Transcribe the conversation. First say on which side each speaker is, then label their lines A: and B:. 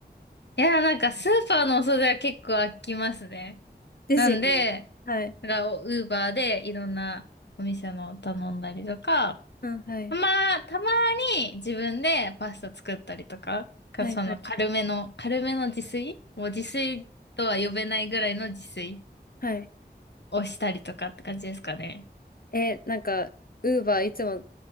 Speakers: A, on the left; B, on the left.
A: いや、なんか、スーパーのお惣菜は結構飽きますね。
B: ですよね。
A: なんで、
B: はい。
A: だから、ウーバーでいろんなお店の頼んだりとか、
B: うん、はい。
A: たま、たまに自分でパスタ作ったりとか、かその軽めの、
B: はいはい。
A: 軽めの自炊もう自炊とは呼べないぐらいの自炊
B: はい。
A: をしたりとかって感じですかね。
B: え、なんか、ウーバーいつも